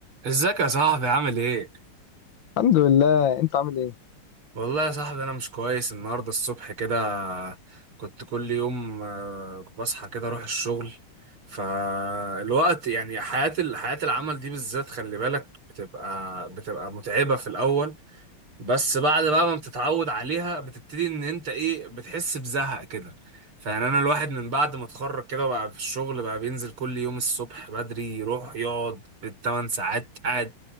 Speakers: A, on the right; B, on the left.
A: ازيك يا صاحبي عامل ايه؟
B: الحمد لله انت عامل ايه
A: والله يا صاحبي انا مش كويس النهارده الصبح كده كنت كل يوم آه، بصحى كده اروح الشغل فالوقت يعني حياة ال- حياة العمل دي بالذات خلي بالك بتبقى بتبقى متعبة في الاول بس بعد بقى ما بتتعود عليها بتبتدي ان انت ايه بتحس بزهق كده فيعني انا الواحد من بعد ما اتخرج كده بقى في الشغل بقى بينزل كل يوم الصبح بدري يروح يقعد بالثمان ساعات قاعد